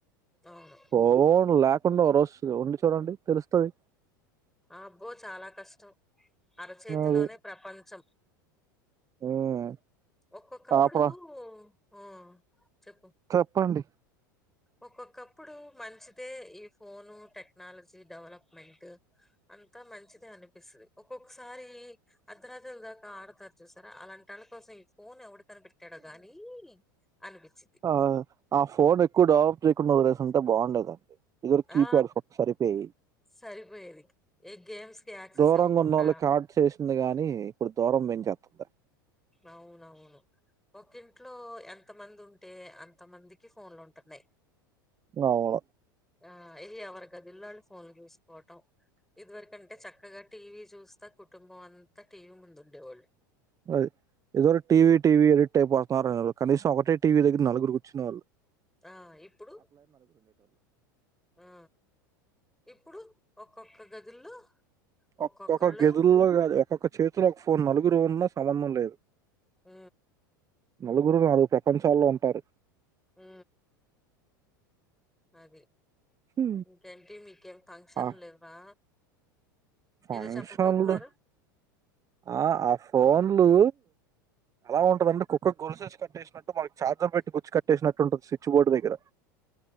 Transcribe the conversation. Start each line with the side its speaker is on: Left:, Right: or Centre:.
Centre: అవును
Right: ఫోన్ ల్యాక్ తప్పకుండా ఒరొస్తుంది ఉండి చూడండి తెలుస్తుంది
Centre: ఆ అబ్బో చాలా కష్టం అరచేతిలోనే
Right: అది
Centre: ప్రపంచం
Right: ఉమ్
Centre: ఒక్కొక్కప్పుడు
Right: ఆప
Centre: ఆ చెప్పు
Right: చెప్పండి
Centre: ఒక్కొక్కప్పుడు మంచిదే ఈ ఫోను టెక్నాలజీ డెవలప్మెంట్ అంతా మంచిదే అనిపిస్తుది ఒక్కొక్కసారి అర్ధరాత్రుల దాకా ఆడతారు చూసారా అలాంటి వాళ్ళ కోసం ఈ ఫోన్ ఎవడు కనిపెట్టాడో గాని అనిపించిద్ది
Right: ఆ ఆ ఫోన్ ఎక్కువ డెవలప్ చేయకుండా వదిలేసింటే బాగుండేది దండి ఇదిరు కీప్యాడ్
Centre: ఆ
Right: ఫోన్ సరిపోయి
Centre: సరిపోయేది ఏ గేమ్స్ కి యాక్సెస్
Right: దూరంగా
Centre: ఇవ్వకుండా
Right: ఉన్నోళ్ళు కాట్ చేసింది గాని ఇప్పుడు దూరం పెంచేస్తుంది
Centre: అవునవును ఒక ఇంట్లో ఎంత మంది ఉంటే అంత మందికి ఫోన్లు ఉంటున్నాయి
Right: అవును
Centre: ఆ ఎవరి గదుల్లో ఆల్లు ఫోన్లు చూసుకోవటం ఇది వరకంటే చక్కగా టీవీ చూస్ అంత కుటుంబం అంతా టీ వి ముందు ఉండేవాళ్ళు
Right: అది ఏదో టీవి టీవి ఎడిట్యి ప వారూ కాదు కనీసం ఒకటే టీవీ దగ్గరా నలుగురు కూర్చునే వాళ్ళు
Centre: ఆ ఇప్పుడు ఆ ఇప్పుడు ఒక్ ఒక్కొక్క గదుల్లో ఒక్కొక్కళ్ళు
Right: ఒక్కొక్క గదుల్లో కాదు ఒక్కొక్క చేతులో ఫోన్ నలుగురు ఉన్న సంబంధం లేదు.
Centre: ఊ
Right: నలుగురు నాలుగు ప్రపంచాల్లో ఉంటారు.
Centre: ఊ అది
Right: హు
Centre: ఇంకేంటి మీకేం ఫంక్షన్
Right: ఆ
Centre: లేవా
Right: ఫంక్షన్లు
Centre: ఏదో చెప్పబోతున్నారు
Right: ఆ ఆ ఫోన్లు అలా ఉంటదండి కుక్క గొలుసేసి కట్టేసి తీస్ మనకు చార్జర్ పెట్టి కూర్చ్చి కట్టేసినట్టుంటుంది స్విచ్ బోర్డు దగ్గర